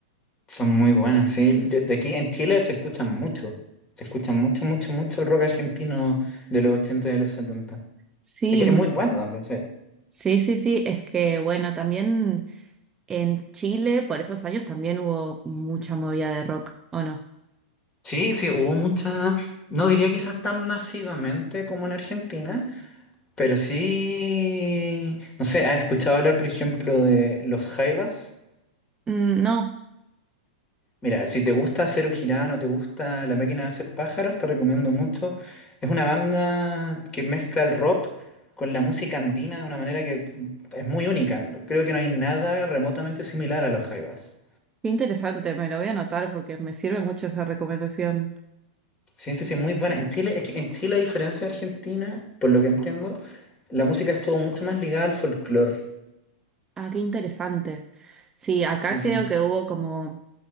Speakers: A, on the left; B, on the right.
A: Son muy buenas, sí. De, de aquí en Chile se escuchan mucho. Se escucha mucho, mucho, mucho el rock argentino de los 80 y de los setenta,
B: Sí,
A: Es que
B: m-
A: es muy bueno también, sí.
B: sí, sí, sí, es que bueno, también en Chile por esos años también hubo mucha movida de rock, ¿o no?
A: Sí, sí, hubo mucha, no diría quizás tan masivamente como en Argentina, Pero sí, no sé, ¿has escuchado hablar, por ejemplo, de los jaivas?
B: Mm, no,
A: Mira, si te gusta Zero Girano, te gusta La Máquina de Hacer Pájaros, te recomiendo mucho. Es una banda que mezcla el rock con la música andina de una manera que es muy única. Creo que no hay nada remotamente similar a los jaivas.
B: qué interesante, me lo voy a anotar porque me sirve mucho esa recomendación.
A: Sí, sí, sí, muy buena. En Chile, es que en Chile, a diferencia de Argentina, por lo que entiendo, la música estuvo mucho más ligada al folclore.
B: Ah, qué interesante. Sí, acá
A: Sí,
B: creo
A: sí.
B: que hubo como...